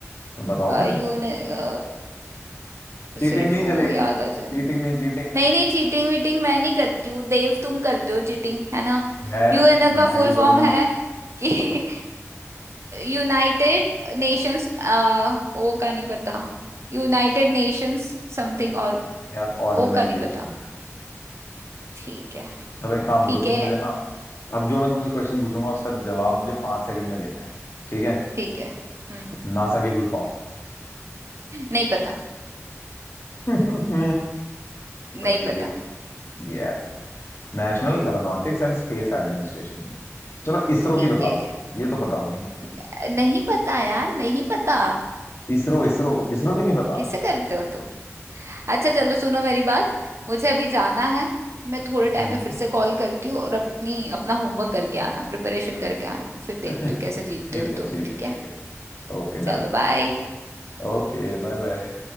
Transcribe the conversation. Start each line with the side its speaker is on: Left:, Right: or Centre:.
Left: तो बताओ
Right: अ,
Left: फिर
Right: यू ने अ, अ,
Left: चीटिंग
Right: सिर्फ
Left: नहीं
Right: वो
Left: चलेगी
Right: याद आ जाए
Left: चीटिंग नहीं चीटिंग नहीं
Right: नहीं नहीं चीटिंग वीटिंग मैं नहीं करती हूँ देव तुम करते हो चीटिंग है ना
Left: मैंने
Right: यूएनओ का
Left: मैं
Right: फुल
Left: क्यों
Right: फॉर्म
Left: करूंगा
Right: है कि यूनाइटेड नेशंस ओ का नहीं पता यूनाइटेड नेशंस समथिंग और
Left: यार ऑर्गेनाइजेशन
Right: ओ का नहीं पता ठीक है
Left: चलो एक काम
Right: ठीक
Left: करो
Right: है
Left: तुम मुझे ना अब जो मैं तुमसे क्वेश्चन पूछूंगा उसका जवाब मुझे पांच सेकंड में देना है ठीक है
Right: ठीक है हम्म
Left: नासा की फुल फॉर्म
Right: नहीं पता
Left: <laughs> पकड़िए
Right: नहीं पता
Left: Yes national aeronautics and space administration <laughs> चलो इसरो
Right: ठीक
Left: की बता
Right: है
Left: दो ये तो पता होगी
Right: न- नहीं पता यार नहीं पता
Left: इसरो इसरो इसरो भी नहीं पता
Right: कैसे करते हो तुम अच्छा चलो सुनो मेरी बात मुझे अभी जाना है मैं थोड़े टाइम
Left: हम्म
Right: में फिर से कॉल करती हूँ और अपनी अपना होमवर्क करके आना प्रिपरेशन करके आना फिर देखती
Left: <laughs>
Right: हूँ कैसे जीतते
Left: ठीक
Right: हो
Left: है
Right: तुम
Left: ठीक
Right: ठीक
Left: है
Right: है
Left: ठीक है Okay
Right: चलो
Left: done
Right: बाय
Left: Okay bye bye